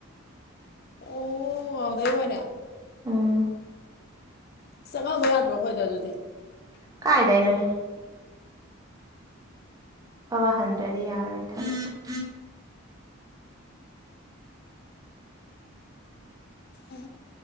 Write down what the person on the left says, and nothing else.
ꯑꯣ ꯑꯗꯦ ꯍꯂ
ꯆꯪꯉꯕ ꯌꯥꯗ꯭ꯔꯣ ꯑꯩꯈꯣꯏꯗ ꯑꯗꯨꯗꯤ
ꯎ